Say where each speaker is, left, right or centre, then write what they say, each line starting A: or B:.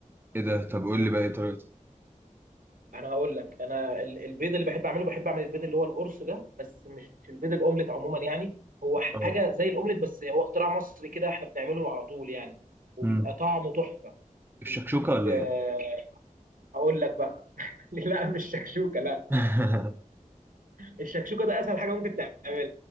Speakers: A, on the right; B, on the right.
A: إيه ده طب قول لي بقى إيه طريقته؟
B: انا هقول لك انا ال- البيض اللي بحب اعمله بحب اعمل البيض اللي هو القرص ده بس مش البيض الاومليت عموما يعني هو حاجه
A: اه
B: زي الاومليت بس هو اختراع مصري كده احنا بنعمله على طول يعني وبيبقى
A: مم.
B: طعمه تحفه
A: الشكشوكة
B: بنجيب
A: ولا
B: آه،
A: إيه؟
B: هقول لك بقى <laughs> لا مش شكشوكه لا
A: <laughs>
B: الشكشوكه ده اسهل حاجه ممكن تعملها